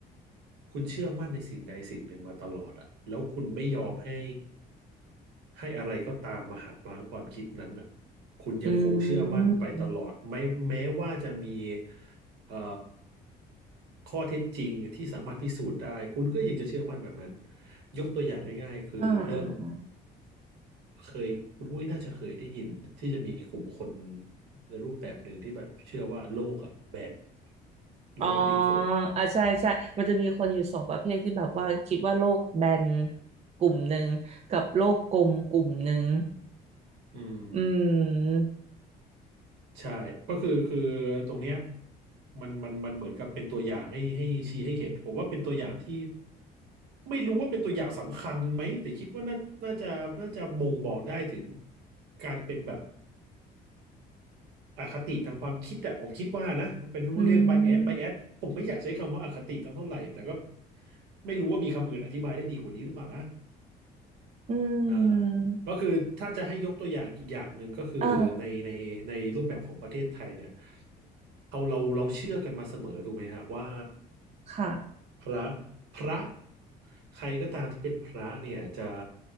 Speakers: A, on the right; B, on the right.
A: คุณเชื่อมั่นในสิ่งใดสิ่งหนึ่งมาตลอดอะแล้วคุณไม่ยอมให้ให้อะไรก็ตามมาหักล้างความคิดนั้นอะคุณยังคงเชื่อมั่นไปตลอดไม่แม้ว่าจะมี
B: อืม
A: เอ่อข้อเท็จจริงที่สามารถพิสูจน์ได้คุณก็ยังจะเชื่อมั่นแบบนั้นยกตัวอย่างง่ายๆคือเรื่อง
B: อ่าอ่าอ่า
A: เคยคุณอุ้ยน่าจะเคยได้ยินที่จะมีกลุ่มคนในรูปแบบหนึ่งที่แบบเชื่อว่าโลกอะแบนโลกไม่ได้กลม
B: อ๋ออ่ะใช่ใช่มันจะมีคนอยู่สองประเภทที่แบบว่าคิดว่าโลกแบนกลุ่มหนึ่งกับโลกกลมกลุ่มหนึ่ง
A: อืม
B: อืม
A: ใช่ก็คือคือตรงเนี้ยมันมันมันเหมือนกับเป็นตัวอย่างให้ให้ชี้ให้เห็นผมว่าเป็นตัวอย่างที่ไม่รู้ว่าเป็นตัวอย่างสำคัญไหมแต่คิดว่าน่าน่าจะน่าจะบ่งบอกได้ถึงการเป็นแบบอคติทางความคิดอะผมคิดว่านะเป็นเรียก
B: อื
A: bias
B: ม
A: bias ผมไม่อยากใช้คำว่าอคติตั้งเท่าไหร่แต่ก็ไม่รู้ว่ามีคำอื่นอธิบายได้ดีกว่านี้หรือเปล่านะ
B: อืม
A: อ่าก็คือถ้าจะให้ยกตัวอย่างอีกอย่างหนึ่งก็คือในในในรูปแบบของประเทศไทยเนี่ย
B: เออ
A: เราเราเราเชื่อกันมาเสมอถูกไหมฮะว่า
B: ค่ะ
A: พระพระใครก็ตามที่เป็นพระเนี่ยจะ